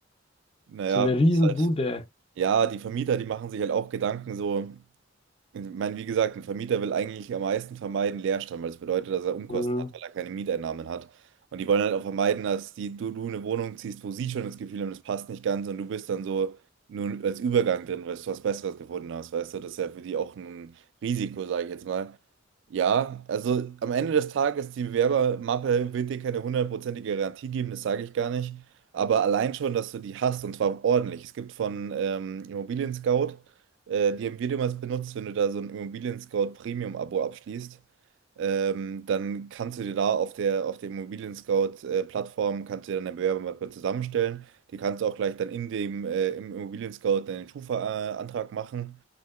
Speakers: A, on the right (about 65°); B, on the left (about 30°).
A: Naja,
B: So eine Riesenbude.
A: das ist halt, ja, die Vermieter, die machen sich halt auch Gedanken so. Ich meine, wie gesagt, ein Vermieter will eigentlich am meisten vermeiden Leerstand, weil das bedeutet, dass er Umkosten
B: Mhm.
A: hat, weil er keine Mieteinnahmen hat. Und die wollen halt auch vermeiden, dass die, du, du eine Wohnung ziehst, wo sie schon das Gefühl haben, es passt nicht ganz und du bist dann so nur als Übergang drin, weil du was Besseres gefunden hast. Weißt du, das ist ja für die auch ein Risiko, sage ich jetzt mal. Ja, also am Ende des Tages, die Bewerbermappe wird dir keine hundertprozentige Garantie geben, das sage ich gar nicht. Aber allein schon, dass du die hast und zwar ordentlich. Es gibt von ähm, Immobilien Scout, äh, die haben wir damals benutzt, wenn du da so ein Immobilien Scout Premium-Abo abschließt, ähm, dann kannst du dir da auf der, auf der Immobilien Scout äh, Plattform, kannst du dir dann eine Bewerbermappe zusammenstellen. Die kannst du auch gleich dann in dem, äh, im Immobilien Scout deinen Schufa-Antrag machen.